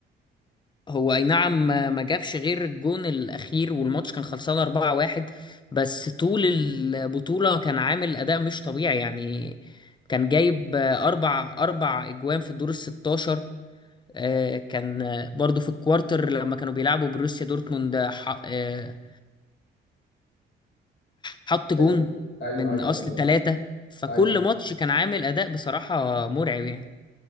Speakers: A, on the left; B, on the left.
A: هو اي نعم ما ما جابش غير الجون الاخير والماتش كان خلصان 4-1 بس طول البطولة كان عامل اداء مش طبيعي يعني كان جايب آه، اربع اربع اجوان في الدور ال 16 آه، كان آه، برضو في الكوارتر لما كانوا بيلعبوا بروسيا دورتموند آه، ح- آه، حط جون
B: ايوه ايوه
A: من
B: ايوه
A: اصل
B: ايوه
A: ثلاثة فكل
B: ايوه
A: ماتش كان عامل اداء بصراحة مرعب يعني